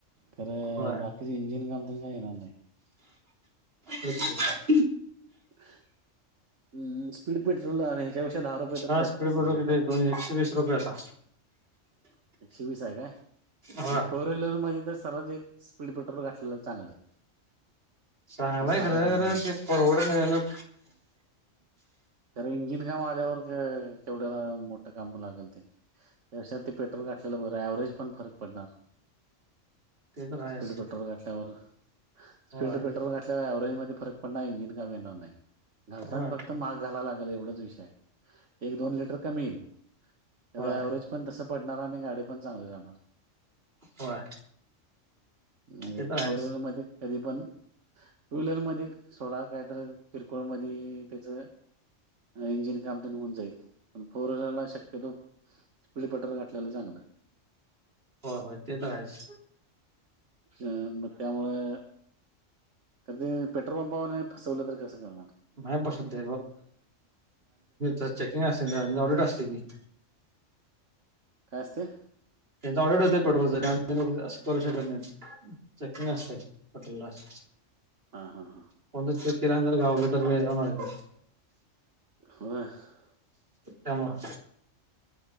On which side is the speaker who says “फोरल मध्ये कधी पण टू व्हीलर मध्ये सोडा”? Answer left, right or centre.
Right